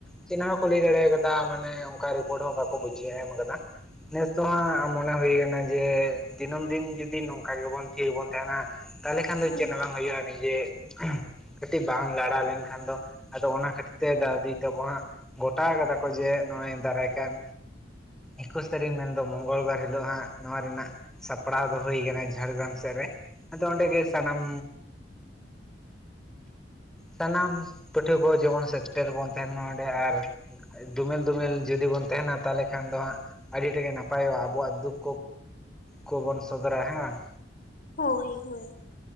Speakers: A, in the centre; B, on the left (about 50°).
A: ᱪᱮᱫᱦᱟᱹᱜ ᱠᱩᱞᱤ ᱫᱟᱲᱮ ᱠᱟᱫᱟ ᱢᱟᱱᱮ ᱚᱱᱠᱟ ᱨᱤᱯᱚᱨᱴ ᱦᱚᱸ ᱵᱟᱠᱚ ᱵᱩᱡᱷᱟᱹ ᱮᱢ ᱟᱠᱟᱫᱟ᱾ ᱱᱮᱥ ᱫᱚ ᱦᱟᱸᱜ ᱢᱚᱱᱮ ᱦᱩᱭ ᱠᱟᱱᱟ ᱡᱮ ᱫᱤᱱᱟᱹᱢ ᱫᱤᱱ ᱡᱩᱫᱤ ᱱᱚᱝᱠᱟ ᱜᱮᱵᱚᱱ ᱛᱷᱤᱨ ᱵᱚᱱ ᱛᱟᱦᱮᱱᱟ ᱛᱟᱦᱚᱞᱮ ᱠᱷᱟᱱ ᱫᱚ
B: ᱦᱳᱭ
A: ᱪᱮᱫ ᱦᱚᱸ ᱵᱟᱝ ᱦᱳᱭᱳᱜ-ᱟ ᱱᱤᱡᱮ ᱠᱟᱹᱴᱤᱡ ᱵᱟᱝ ᱞᱟᱲᱟ ᱞᱮᱱᱠᱷᱟᱱ ᱫᱚ ᱟᱫᱚ ᱚᱱᱟ ᱠᱷᱟᱹᱛᱤᱨ ᱛᱮ ᱫᱟᱫᱟ ᱫᱤᱫᱤ ᱛᱟᱠᱚ ᱦᱟᱸᱜ ᱜᱚᱴᱟ ᱟᱠᱟᱫᱟ ᱠᱚ ᱡᱮ ᱱᱚᱜ ᱚᱭ ᱫᱟᱨᱟᱭ ᱠᱟᱱ ᱮᱠᱩᱥ ᱛᱟᱹᱨᱤᱠᱷ ᱢᱮᱱᱫᱚ ᱢᱚᱝᱜᱚᱞ ᱵᱟᱨ ᱦᱤᱞᱚᱜ ᱦᱟᱸᱜ ᱱᱚᱣᱟ ᱨᱮᱱᱟᱜ ᱥᱟᱯᱲᱟᱣ ᱫᱚ ᱦᱩᱭ ᱠᱟᱱᱟ ᱡᱷᱟᱲᱜᱨᱟᱢ ᱥᱮᱫ ᱨᱮ᱾ ᱟᱫᱚ ᱚᱸᱰᱮ ᱜᱮ ᱥᱟᱱᱟᱢ ᱥᱟᱱᱟᱢ ᱯᱟᱹᱴᱷᱣᱟᱹ ᱠᱚ ᱡᱮᱢᱚᱱ ᱥᱮᱴᱮᱨ ᱵᱚᱱ ᱛᱟᱦᱮᱱ ᱢᱟ ᱚᱸᱰᱮ ᱟᱨ ᱫᱚᱢᱮᱞ ᱫᱚᱢᱮᱞ ᱡᱩᱫᱤ ᱵᱚᱱ ᱛᱟᱦᱮᱱᱟ ᱛᱟᱦᱞᱮ ᱠᱷᱟᱱ ᱫᱚ ᱦᱟᱸᱜ ᱟᱹᱰᱤ ᱴᱟ ᱜᱮ ᱱᱟᱯᱟᱭᱚᱜ-ᱟ ᱟᱵᱚᱣᱟᱜ ᱫᱩᱠ ᱠᱚᱵᱚᱱ ᱥᱚᱫᱚᱨ ᱟ ᱦᱮᱸ ᱵᱟᱝ᱾
B: ᱦᱳᱭ ᱦᱳᱭ